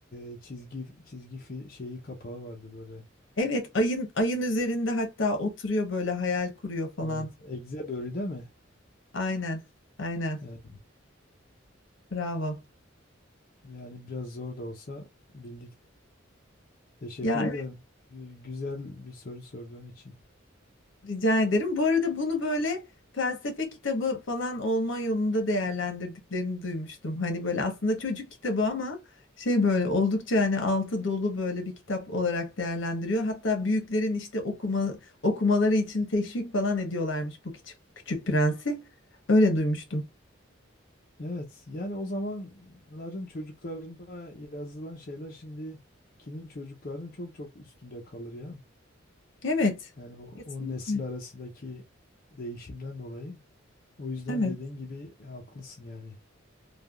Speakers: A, on the left; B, on the left.
A: e, çizgi çizgi fi- şeyi kapağı vardı böyle.
B: Evet, ayın ayın üzerinde hatta oturuyor böyle hayal kuruyor falan.
A: Evet. Egze börü değil mi?
B: Aynen, aynen.
A: Evet.
B: Bravo.
A: Yani biraz zor da olsa bildik. Teşekkür
B: Ya
A: ederim. Gü- Güzel bir soru sorduğun için.
B: Rica ederim. Bu arada bunu böyle felsefe kitabı falan olma yolunda değerlendirdiklerini duymuştum. Hani böyle aslında çocuk kitabı ama şey böyle oldukça hani altı dolu böyle bir kitap olarak değerlendiriyor. Hatta büyüklerin işte okuma okumaları için teşvik falan ediyorlarmış bu küçük, Küçük Prensi. Öyle duymuştum.
A: Evet. Yani o zamanların çocuklarına yazılan şeyler şimdikinin çocuklarının çok çok üstünde kalır ya.
B: Evet.
A: Yani o,
B: Kesinlikle.
A: o nesil arasındaki değişimden dolayı. O yüzden
B: Evet.
A: dediğin gibi haklısın yani.